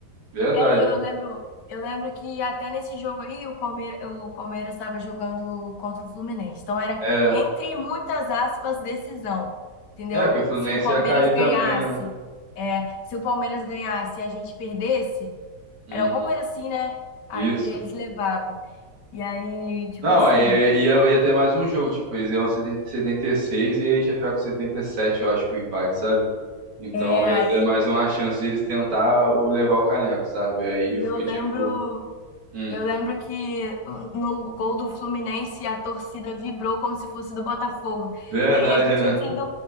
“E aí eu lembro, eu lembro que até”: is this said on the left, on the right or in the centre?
Left